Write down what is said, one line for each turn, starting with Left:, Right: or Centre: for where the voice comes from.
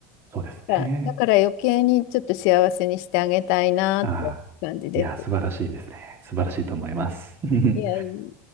Right: そうですね。
Left: だだから余計にちょっと幸せにしてあげたいなって感じです。
Right: ああ、いや、素晴らしいですね。素晴らしいと思います。<laughs>
Left: いやいや